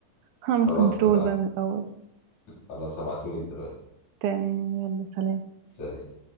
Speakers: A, on the right; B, on the left.
A: هعمل
B: خلاص
A: كنترول
B: اتفقنا
A: بقى من الاول
B: خلاص هبعتهولك دلوقتي
A: تمام يلا سلام
B: سلام